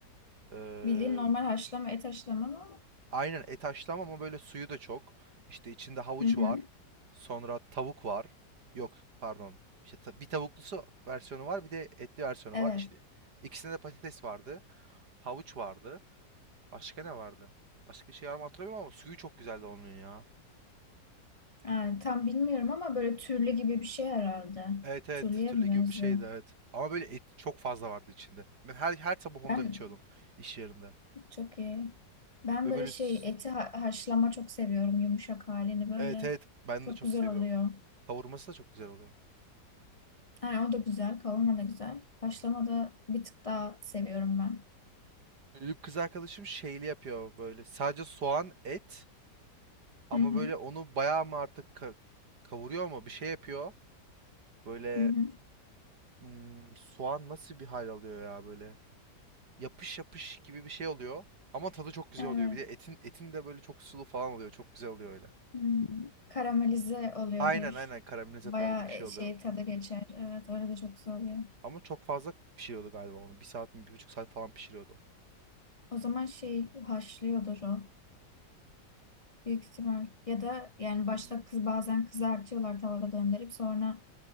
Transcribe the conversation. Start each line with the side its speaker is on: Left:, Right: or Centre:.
Right: Ee,
Left: Bildiğin normal haşlama, et haşlama mı?
Right: Aynen et haşlama ama böyle suyu da çok. İşte içinde havuç
Left: Hı hı.
Right: var. Sonra tavuk var. Yok pardon. İşte ta- bir tavuklusu versiyonu var bir de etli versiyonu
Left: Evet.
Right: var. İşte ikisinde de patates vardı. Havuç vardı. Başka ne vardı? Başka bir şey var mı hatırlamıyorum ama suyu çok güzeldi onun ya.
Left: Yani tam bilmiyorum ama böyle türlü gibi bir şey herhalde.
Right: Evet evet
Left: Türlüye
Right: türlü
Left: mi
Right: gibi
Left: benziyor?
Right: bir şeydi evet. Ama böyle et çok fazla vardı içinde. Ben her her sabah ondan
Left: Ben
Right: içiyordum iş yerinde.
Left: çok iyi. Ben
Right: Ve
Left: böyle
Right: böyle
Left: şey
Right: s-
Left: eti ha- haşlama çok seviyorum. Yumuşak halini böyle.
Right: evet evet ben
Left: Çok
Right: de çok
Left: güzel
Right: seviyorum.
Left: oluyor.
Right: Kavurması da çok güzel oluyor.
Left: Yani o da güzel. Kavurma da güzel. Haşlama da bir tık daha seviyorum ben.
Right: Benim kız arkadaşım şeyli yapıyor böyle. Sadece soğan, et ama
Left: Hı hı.
Right: böyle onu bayağı mı artık ka- kavuruyor mu? Bir şey yapıyor. Böyle
Left: Hı hı.
Right: hmm, soğan nasıl bir hal alıyor ya böyle. Yapış yapış gibi bir şey oluyor. Ama tadı çok güzel
Left: Evet.
Right: oluyor. Bir de etin etin de böyle çok sulu falan oluyor. Çok güzel oluyor öyle.
Left: Hmm. Karamelize oluyordur.
Right: Aynen aynen karamelize
Left: Bayağı
Right: tarzı bir şey
Left: e,
Right: oluyor.
Left: şey tadı geçer. Evet öyle de çok güzel oluyor.
Right: Ama çok fazla pişiriyordu galiba onu. Bir saat mi bir buçuk saat falan pişiriyordu.
Left: O zaman şey haşlıyordur o. Büyük ihtimal. Ya da yani başta
Right: Bilmiyorum.
Left: kız bazen kızartıyorlar tavada döndürüp sonra